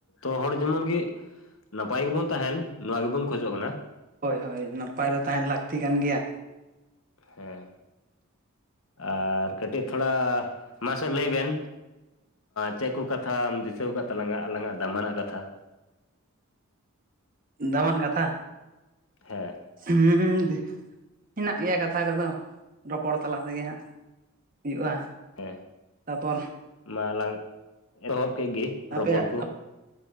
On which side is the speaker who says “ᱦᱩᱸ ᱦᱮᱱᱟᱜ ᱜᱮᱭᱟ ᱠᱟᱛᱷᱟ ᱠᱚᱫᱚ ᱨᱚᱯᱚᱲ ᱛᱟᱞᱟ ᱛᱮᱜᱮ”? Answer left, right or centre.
Right